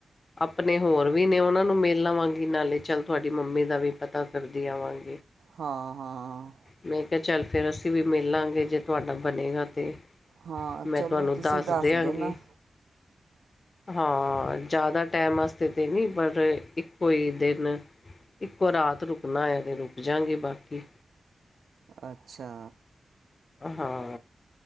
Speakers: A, on the left; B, on the right.
A: ਅਪਨੇ ਹੋਰ ਵੀ ਨੇ ੳਨਾਂ ਨੂੰ ਮਿਲ ਲਵਾਂਗੀ ਨਾਲੇ ਚੱਲ, ਤੁਹਾਡੀ ਮੰਮੀ ਦਾ ਵੀ ਪਤਾ ਕਰਦੀ ਆਵਾਂਗੀ।
B: ਹਾਂ-ਹਾਂ।
A: ਮੈਂ ਕਿਆ ਚੱਲ, ਫੇਰ ਅਸੀ ਵੀ ਮਿਲ ਲਾਂਗੇ, ਜੇ ਤੁਹਾਡਾ ਬਨੇਗਾ ਤੇ
B: ਹਾਂ
A: ਮੈਂ
B: ਚਲੋ
A: ਤਾਨੂੰ
B: ਤੁਸੀਂ
A: ਦੱਸ ਦੇਆਂਗੀ।
B: ਦੇਣਾ
A: ਹਾਂ, ਜਾਦਾ ਟੈਮ ਅਸ ਕਿਤੇ ਨੀ ਬਨ ਰਏ, ਇੱਕੋ ਈ ਦਿਨ ਇੱਕੋ ਰਾਤ ਰੁਕਨਾ ਹੋਏਆ ਤੇ ਰੁਕ ਜਾਂਗੀ, ਬਾਕੀ
B: ਅੱਛਾ।
A: ਹਾਂ